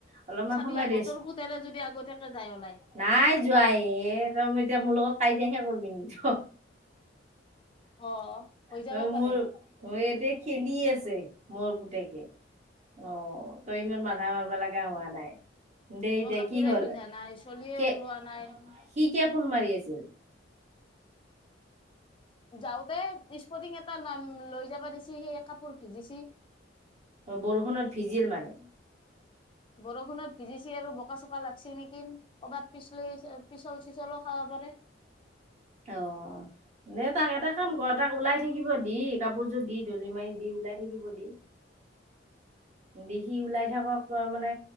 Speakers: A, on the right; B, on the left.
A: অলপমান
B: চাবি
A: সময়
B: আকৌ
A: ৰেষ্ট,
B: তোৰ পুতেৰে যদি আগতীয়াকে যাই ওলাই
A: নাই যোৱাই এ' তেতিয়া মোৰ লগত কাজিয়হে কৰিবি নেকি? ত
B: অ হৈ যাব
A: অ'
B: পাৰে
A: মোৰ ইয়াতে খেলি আছে। মোৰ পুতেকে, অ' তই ইমান বাধা মাৰিব লগা হোৱা নাই। দে এতিয়া
B: মই কাপোৰে
A: কি হ'ল
B: পিন্ধা নাই, চলিয়ে
A: কে
B: ওলোৱা নাই
A: সি কিয় ফোন মাৰি আছিল।
B: যাওঁতে স্পটিং এটা লৈ যাবা দিছে, সেই কাপোৰ ভিজিছে
A: অ' বৰষুণত ভিজিল মানে?
B: বৰষুণত ভিজিছে আৰু বোকা চোকা লাগিছে নেকি। ক'বাত পিছলি পিছল চিছলো খাব পাৰে।
A: অ দে তাক এটা কাম কৰ তাক ওলাই থাকিব দি, কাপোৰযোৰ দি ধলি মাৰি দি ওলাই থাকিব দি। দেখি ওলাই থাকক তই মানে